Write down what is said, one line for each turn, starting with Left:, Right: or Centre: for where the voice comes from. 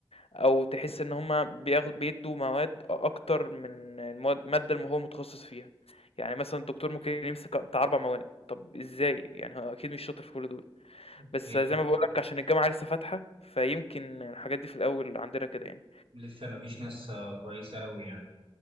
Left: أو تحس إن هُم بياخ بيدّوا مواد أ أكتر من المواد المادة اللي هو متخصص فيها، يعني مثلًا الدكتور ممكن يمسك بتاع 4 مواد، طب إزاي؟ يعني هو أكيد مش شاطر في كل دول،
Right: اوكي
Left: بس زي ما باقول لك عشان الجامعة لسه فاتحة، فيمكن الحاجات دي في الأول عندنا كده يعني.
Right: لسه ما فيش ناس آه، كويسه قوي يعني